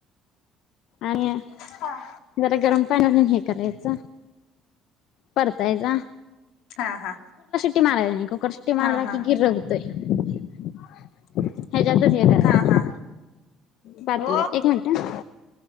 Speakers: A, on the left; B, on the left.
A: आणि
B: हा.
A: जरा गरम पाणी घालून हे करायच, परतायचा.
B: हा हा.
A: ट्टी मारायची आणि शिट्टी मारलाकी
B: हा हा
A: गिर होतय. <inaudible> ह्याच्यातच हे करायचं,
B: हा हा
A: पातील्यात
B: हो
A: एक मिनट ह.